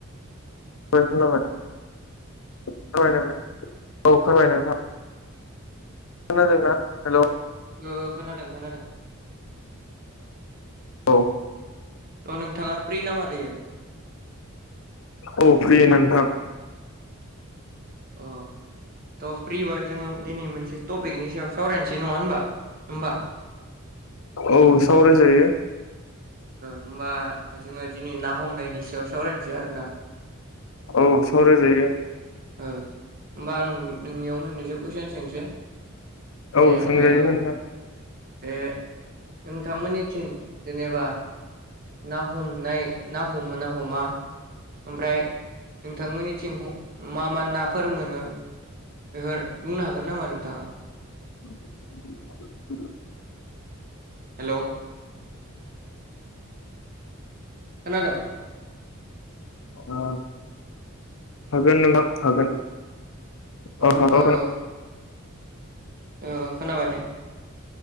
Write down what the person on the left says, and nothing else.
खोनाबाय खोनाबय खोनाबाय नोंथां औ फोरमाय नोंथां खोनादोंना हेलौ
औ
औ फ्रि नोंथां
औ सावरायजायो
औ सावराय जायो
औ सोंजायो
नोंथा
<unintelligible>
ओ हागोन नोंथां हागोन
औ हागोन